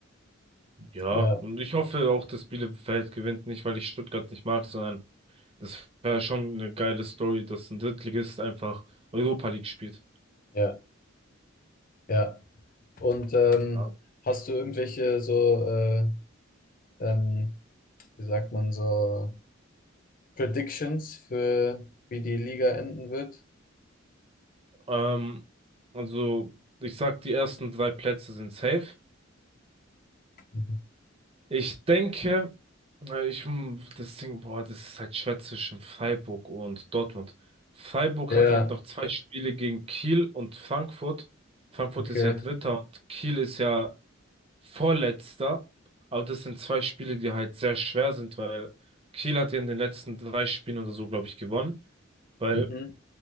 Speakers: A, on the right; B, on the left.
A: Ja,
B: Ja,
A: und ich hoffe auch, dass Bielefeld gewinnt, nicht weil ich Stuttgart nicht mag, sondern Das wäre schon eine geile Story, dass ein Drittligist einfach Europa League spielt.
B: ja, ja. Und ähm,
A: Ja.
B: hast du irgendwelche so, äh, ähm, wie sagt man so, Predictions für wie die Liga enden wird?
A: Ähm, also, ich sag, die ersten drei Plätze sind safe.
B: Mhm.
A: Ich denke, äh, ich, hm, das Ding, boah, das ist halt schwer zwischen Freiburg und Dortmund. Freiburg
B: Ja,
A: hat halt noch zwei Spiele gegen Kiel und Frankfurt. Frankfurt
B: okay.
A: ist ja Dritter und Kiel ist ja Vorletzter, aber das sind zwei Spiele, die halt sehr schwer sind, weil Kiel hat ja in den letzten drei Spielen oder so, glaube ich, gewonnen, weil,
B: Mhm.